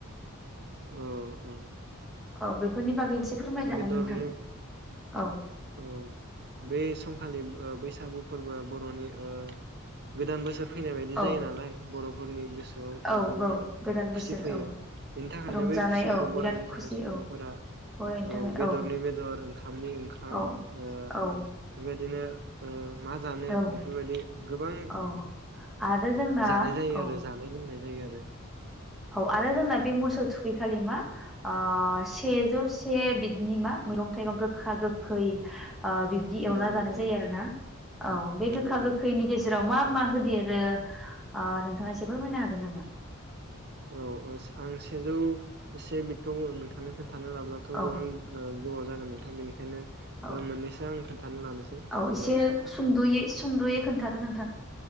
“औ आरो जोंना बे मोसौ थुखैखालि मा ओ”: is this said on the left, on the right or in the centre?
Centre